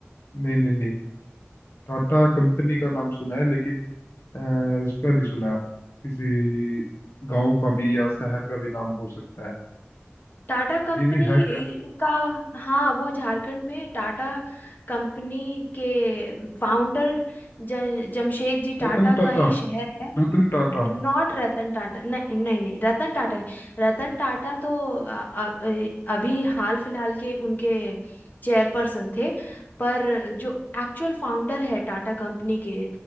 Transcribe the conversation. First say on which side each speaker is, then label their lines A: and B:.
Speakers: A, on the left; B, on the left.
A: नहीं नहीं नहीं टाटा कंपनी का नाम सुना है लेकिन अ, उसका नहीं सुना किसी गांव का भी या शहर का भी नाम हो सकता है
B: टाटा कंपनी
A: ये भी है क्या
B: का हाँ वो झारखंड में टाटा कंपनी के फाउंडर ज, जमशेद जी
A: रतन
B: टाटा
A: टाटा
B: का ही शहर है
A: रतन टाटा
B: नॉट रतन टाटा नहीं नहीं नहीं रतन टाटा नहीं रतन टाटा तो अ- अ- ए- अभी हाल फिलहाल के उनके चेयरपर्सन थे पर जो एक्चुअल फाउंडर है टाटा कंपनी के